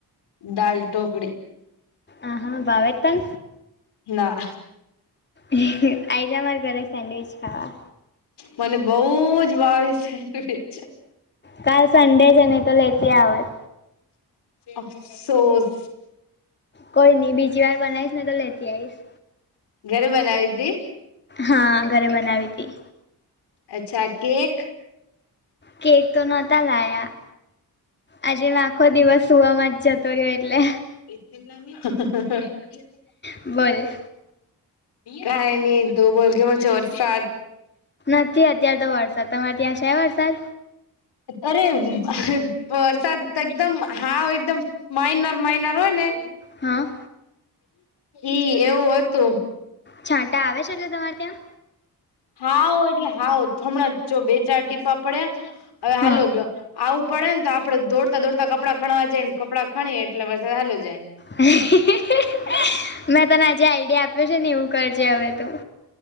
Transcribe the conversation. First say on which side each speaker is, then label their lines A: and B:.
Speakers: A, on the left; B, on the left.
A: દાલ ઢોકરી
B: આ હા ભાવે એ તન
A: ના.
B: હે એ આઈજ માર ઘરે સેન્ડવિચ ખાવા.
A: મને બહુ જ વાર <unintelligible> છે.
B: કાલ સંડે છે ને તો લેતી આવાજ
A: અફસોસ
B: કોઈ નઈ બીજી વાર બનાઈશ ને તો લેતી આઈશ.
A: ઘરે બનાવી હિતી.
B: હા ઘરે બનાવી હિતી.
A: અચ્છા કેક.
B: કેક તો નોતા લાયા. આજે મેં આખો દિવસ સુવામાં જ જતો રહ્યો એટલે.
A: <unintelligible> હા, હા, હા.
B: બોલ.
A: કઈ નહી તું બોલ કેવો છે વરસાદ.
B: નથી અત્યારે તો વરસાદ તમારે ત્યાં છે વરસાદ.
A: અરે હ વરસાદ તો એકદમ હા ઓ એકદમ માઇનર માઇનર હોય ને
B: હા.
A: ઈ એવું હોતું.
B: છાંટા આવે છે એટલે તમારે ત્યાં.
A: હવ એટલે હવ હમણાં જ ચો બે ચાર ટીપા પડ્યા હવે હાલો
B: હા
A: ગ આવું પડે ને તો આપડે દોડતા દોડતા કપડાં ખણવા જઈએ ને કપડાં ખણીએ એટલે વરસાદ હાલ્યો જાય.
B: <unintelligible> મેં તને અ જે આઈડિયા આપ્યો છે ને એવું કરજે હવે તું.